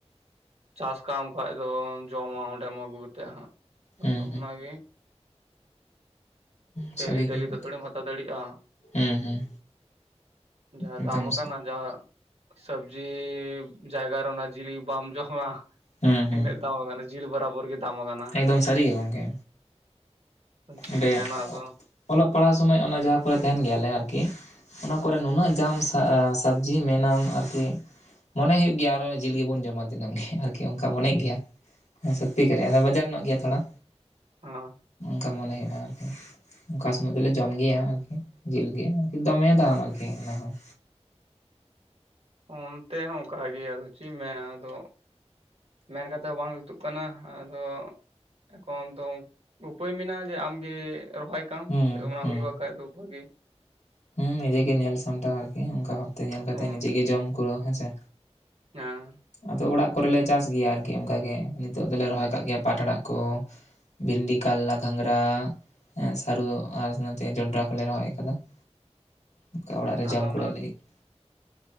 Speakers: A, on the right (about 65°); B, on the left (about 85°).
A: ᱪᱟᱥ ᱠᱟᱢ ᱠᱷᱟᱡ ᱫᱚ ᱡᱚᱢᱟ ᱚᱸᱰᱮᱢ ᱟᱹᱜᱩ ᱠᱟᱛᱮ ᱦᱟᱸᱜ ᱾
B: ᱦᱩᱸ
A: ᱟᱫᱚ
B: ᱦᱩᱸ
A: ᱚᱱᱟᱜᱮ
B: ᱥᱟᱹᱨᱤ
A: ᱰᱮᱞᱤ
B: ᱜᱮ
A: ᱰᱮᱞᱤ
B: ᱜᱚᱝᱠᱮ
A: ᱫᱚ ᱛᱷᱚᱲᱮᱢ ᱦᱟᱛᱟᱣ ᱫᱟᱲᱮᱜᱼᱟ?
B: ᱦᱩᱸ ᱦᱩᱸ
A: ᱡᱟᱦᱟᱸ
B: ᱮᱠᱫᱚᱢ
A: ᱫᱟᱢ
B: ᱥᱟᱹᱨᱤ
A: ᱠᱟᱱᱟ ᱡᱟ ᱥᱚᱵᱽᱡᱤ ᱡᱟᱭᱜᱟ ᱨᱮ ᱚᱱᱟ ᱡᱤᱞ ᱵᱟᱢ ᱡᱚᱢᱟ
B: ᱦᱩᱸ ᱦᱩᱸ
A: ᱤᱱᱟᱹᱜ ᱫᱟᱢ ᱠᱟᱱᱟ᱾ ᱡᱤᱞ ᱵᱟᱨᱟ ᱵᱚᱨ ᱜᱮ᱾ ᱫᱟᱢ ᱟᱠᱟᱱᱟ
B: ᱮᱠᱫᱚᱢ ᱥᱟᱹᱨᱤ ᱜᱮ ᱜᱚᱝᱠᱮ᱾
A: ᱪᱮᱫ
B: ᱚᱸᱰᱮ
A: ᱮᱢ ᱢᱮᱱᱟ ᱟᱫᱚ᱾
B: ᱚᱞᱚᱜ ᱯᱟᱲᱦᱟᱣ ᱥᱚᱢᱚᱭ ᱚᱱᱟ ᱡᱟᱦᱟᱸ ᱠᱚᱨᱮ ᱛᱟᱦᱮᱸᱱ ᱜᱮᱭᱟᱞᱮ ᱟᱨᱠᱤ ᱚᱱᱟ ᱠᱚᱨᱮ ᱱᱩᱱᱟᱹᱜ ᱡᱟᱢ ᱥᱟ ᱟᱸ ᱥᱚᱵᱽᱡᱤ ᱢᱮᱱᱟᱢ ᱟᱨᱠᱤ ᱢᱚᱱᱮ ᱦᱩᱭᱩᱜ ᱜᱮᱭᱟ ᱟᱨᱚ ᱡᱤᱞ ᱜᱮᱵᱚᱱ ᱡᱚᱢᱟ ᱫᱤᱱᱟᱹᱢ ᱜᱮ ᱟᱨᱠᱤ᱾ ᱫᱤᱭᱮ ᱚᱱᱠᱟ ᱢᱚᱱᱮᱜ ᱜᱮᱭᱟ ᱦᱮᱸ ᱥᱚᱛᱛᱤ ᱠᱟᱨᱮ ᱟᱫᱚ ᱵᱟᱡᱟᱨ ᱧᱚᱜ ᱜᱮᱭᱟ ᱛᱷᱚᱲᱟ᱾
A: ᱚᱸ᱾
B: ᱛᱚ ᱢᱚᱱᱮ ᱦᱩᱭᱩᱜᱼᱟ ᱟᱨᱠᱤ ᱚᱠᱟ ᱥᱚᱢᱚᱭ ᱫᱚᱞᱮ ᱡᱚᱢ ᱜᱮᱭᱟ ᱟᱨᱠᱤ᱾ ᱡᱤᱞ ᱜᱮ ᱟᱨᱠᱤ ᱫᱚᱢᱮ ᱫᱟᱢᱟ ᱟᱨᱠᱤ ᱚᱱᱟ ᱦᱚᱸ
A: ᱚᱸ ᱚᱱᱛᱮ ᱦᱚᱸ ᱚᱱᱠᱟ ᱜᱮ ᱟᱫᱚ ᱪᱮᱫ ᱢᱮᱱᱟ ᱟᱫᱚ ᱢᱮᱱ ᱠᱟᱛᱮᱫ ᱦᱚᱸ ᱵᱟᱝ ᱡᱩᱛᱩᱜ ᱠᱟᱱᱟ ᱟᱫᱚ ᱮᱠᱷᱚᱱ ᱫᱚ ᱩᱯᱟᱹᱭ ᱢᱮᱱᱟᱜᱼᱟ ᱡᱮ ᱟᱢᱜᱮ ᱨᱚᱦᱚᱭ ᱠᱟᱢ
B: ᱦᱩᱸ
A: ᱡᱮ ᱚᱱᱟ
B: ᱦᱩᱸ
A: ᱦᱩᱭᱩᱜᱼᱟ ᱠᱷᱟᱡ ᱫᱚ ᱵᱷᱟᱜᱤ
B: ᱦᱩᱸ ᱱᱤᱡᱮ ᱜᱮ ᱧᱮᱞ ᱥᱟᱢᱴᱟᱣ ᱟᱨᱠᱤ ᱚᱱᱠᱟ ᱵᱷᱟᱵᱽᱛᱮ ᱧᱮᱞ ᱠᱟᱛᱮ
A: ᱚ
B: ᱱᱤᱡᱮ ᱜᱮ ᱡᱚᱢ ᱠᱩᱨᱟᱹᱣ ᱦᱮᱸᱥᱮ?
A: ᱟᱸ᱾
B: ᱟᱫᱚ ᱚᱲᱟᱜ ᱠᱚᱨᱮᱞᱮ ᱪᱟᱥ ᱜᱮᱭᱟ ᱟᱨᱠᱤ ᱚᱱᱠᱟᱜᱮ ᱱᱤᱛᱚᱜ ᱫᱚᱞᱮ ᱨᱚᱦᱚᱭ ᱠᱟᱜ ᱜᱮᱭᱟ ᱯᱟᱴᱲᱟᱜ ᱠᱚ ᱵᱷᱤᱱᱰᱤ, ᱠᱟᱞᱞᱟ, ᱜᱷᱟᱸᱝᱽᱨᱟ, ᱥᱟᱹᱨᱩ, ᱟᱨᱛᱮ ᱡᱚᱱᱰᱨᱟ ᱠᱚᱞᱮ ᱨᱚᱦᱚᱭ ᱠᱟᱫᱟ ᱾ ᱚᱱᱠᱟ ᱚᱲᱟᱜ ᱨᱮ
A: ᱛᱟᱦᱚᱞᱮ
B: ᱡᱚᱢ ᱠᱩᱲᱟ
A: ᱚᱱᱟ
B: ᱞᱟᱹᱜᱤᱫ ᱾